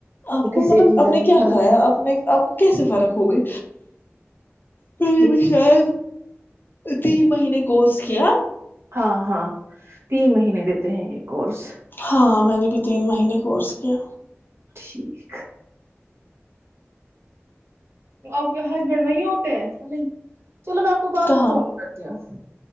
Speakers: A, on the left; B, on the right.
A: آپ کو
B: کیسے
A: مطلب
B: اتنی
A: آپ
B: جلدی
A: نے کیا
B: فرق
A: کھایا
B: ہے
A: آپ نے آپ کو کیسے فرق ہوگئی مری
B: ٹھیک
A: بھی شید تین مہینے کورس کیا
B: ہاں ہاں تین مہینے د ہیں یہ کورس
A: ہاں میں نے بھی تین مہینے کورس کیا
B: ٹھیک ا کے ہسبینڈ وہی ہوتے نہیں چلو میں آپ کو بعد
A: کہاں
B: میں فون کرتی ہوں